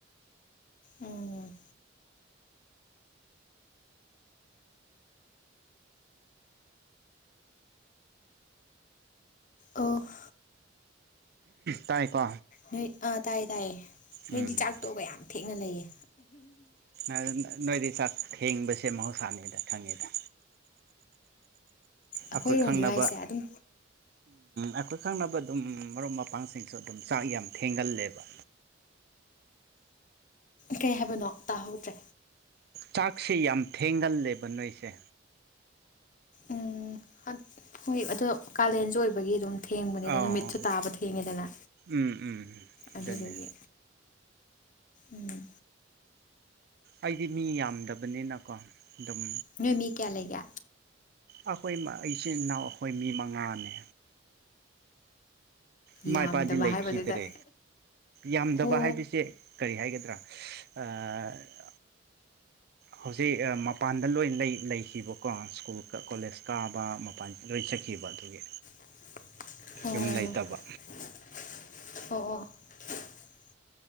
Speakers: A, on the left; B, on the right.
A: ꯎꯝ ꯑꯣꯐ
B: ꯇꯥꯏꯀꯣ
A: ꯅꯣꯏ ꯑꯥ ꯇꯥꯏꯌꯦ ꯇꯥꯏꯌꯦ ꯅꯣꯏꯗꯤ
B: ꯎꯝ
A: ꯆꯥꯛꯇꯣꯛꯒ ꯌꯥꯝ ꯊꯦꯡꯅ ꯂꯩꯌꯦ
B: ꯑꯗꯨꯝ ꯅꯣꯏꯗꯤ ꯆꯥꯛ ꯊꯦꯡꯕꯁꯦ ꯃꯍꯧꯁꯥꯅꯤꯗ ꯈꯪꯉꯤꯗ
A: ꯑꯩꯈꯣꯏꯔꯣꯝꯒꯤꯔꯣ
B: ꯑꯩꯈꯣꯏ ꯈꯪꯅꯕ
A: ꯍꯥꯏꯁꯦ ꯑꯗꯨꯝ
B: ꯑꯩꯈꯣꯏ ꯈꯪꯅꯕ ꯑꯗꯨꯝ ꯃꯔꯨꯞꯄ ꯄꯥꯡꯁꯤꯡꯁꯨ ꯑꯗꯨꯝ ꯆꯥꯛ ꯌꯥꯝ ꯊꯦꯡꯒꯜꯂꯦꯕ
A: ꯀꯔꯤ ꯍꯥꯏꯕꯅꯣ ꯇꯥꯍꯧꯗ꯭ꯔꯦ
B: ꯆꯥꯛꯁꯦ ꯌꯥꯝ ꯊꯦꯡꯒꯜꯂꯦꯕ ꯅꯣꯏꯁꯦ
A: ꯎꯝ ꯍꯣꯏ ꯑꯗꯣ ꯀꯥꯂꯦꯟꯁꯨ ꯑꯣꯏꯕꯒꯤ ꯑꯗꯨꯝ ꯊꯦꯡꯕꯅꯤꯗ
B: ꯑꯧ
A: ꯅꯨꯃꯤꯠꯁꯨ ꯇꯥꯕ ꯊꯦꯡꯉꯦꯗꯅ
B: ꯎꯝ ꯎꯝ
A: ꯑꯗꯨꯗꯨꯒꯤ
B: ꯑꯗꯨꯅꯦ
A: ꯎꯝ
B: ꯑꯩꯗꯤ ꯃꯤ ꯌꯥꯝꯗꯕꯅꯤꯅꯀꯣ ꯑꯗꯨꯝ
A: ꯅꯣꯏ ꯃꯤ ꯀꯌꯥ ꯂꯩꯒꯦ
B: ꯑꯩꯈꯣꯏ ꯏꯆꯤꯟ ꯏꯅꯥꯎ ꯑꯩꯈꯣꯏ ꯃꯤ ꯃꯉꯥꯅꯦ ꯏꯃꯥ
A: ꯌꯥꯝꯗꯕ
B: ꯏꯄꯥꯗꯤ ꯂꯩꯈꯤꯗ꯭ꯔꯦ
A: ꯍꯥꯏꯕꯗꯨꯗ
B: ꯌꯥꯝꯗꯕ
A: ꯑꯣ
B: ꯍꯥꯏꯕꯁꯦ ꯀꯔꯤ ꯍꯥꯏꯒꯗ꯭ꯔꯥ ꯑꯥ ꯍꯧꯖꯤꯛ ꯃꯄꯥꯟꯗ ꯂꯣꯏ ꯂꯩꯈꯤꯕꯀꯣ ꯁ꯭ꯀꯨꯜ ꯀꯣꯂꯦꯖ ꯀꯥꯕ ꯃꯄꯥꯟ ꯂꯣꯏ ꯆꯠꯈꯤꯕ ꯑꯗꯨꯒꯤ
A: ꯑꯣ
B: ꯌꯨꯝ
A: ꯑꯣ
B: ꯂꯩꯇꯕ
A: ꯑꯣ ꯑꫭ